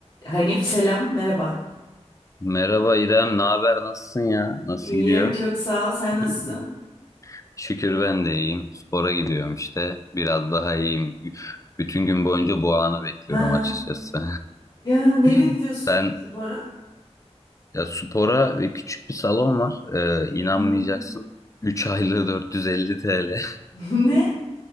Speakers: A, on the left; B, on the left.
A: Hanif selam, merhaba.
B: Merhaba İrem, ne haber? Nasılsın ya? Nasıl
A: İyiyim,
B: gidiyor?
A: çok sağ ol. Sen nasılsın?
B: <laughs> Şükür ben de iyiyim. Spora gidiyorum işte. Biraz daha iyiyim. Bütün gün boyunca bu anı bekliyorum
A: Hı hı.
B: açıkçası.
A: Ya nereye
B: <laughs>
A: gidiyorsun
B: Sen
A: spora?
B: ya spora ve küçük bir salon var. Ee, inanmayacaksın.
A: Hı hı.
B: 3 aylığı 450 TL. <laughs>
A: <laughs> Ne?